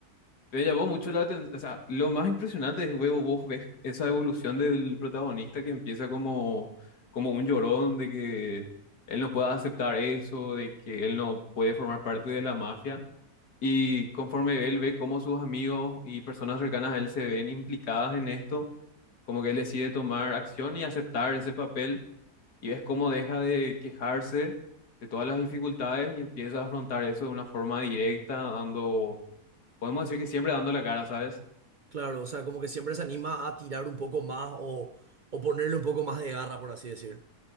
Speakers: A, on the left; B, on the right.
A: Me llamó mucho la atención, o sea, lo más impresionante es luego vos ves esa evolución del protagonista que empieza como, como un llorón de que él no pueda aceptar eso, de que él no puede formar parte de la mafia. Y conforme él ve cómo sus amigos y personas cercanas a él se ven implicadas en esto, como que él decide tomar acción y aceptar ese papel y ves cómo deja de quejarse de todas las dificultades y empieza a afrontar eso de una forma directa, dando, podemos decir que siempre dando la cara, ¿sabes?
B: Claro, o sea, como que siempre se anima a tirar un poco más o, o ponerle un poco más de garra, por así decir.